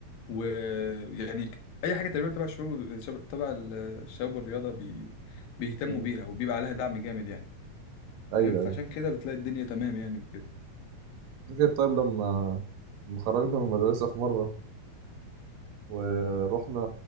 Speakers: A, on the left; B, on the right.
A: ويعني اي حاجه تقريبا تبع الشغل شب- تبع الشباب والرياضه بي... بيهتموا
B: مم.
A: بيها وبيبقى عليها دعم جامد يعني
B: ايوه
A: فاهم فعشان
B: ايوه
A: كده بتلاقي الدنيا تمام يعني وكده
B: فاكر طيب لما لما خرجنا من المدرسة في مرة ورحنا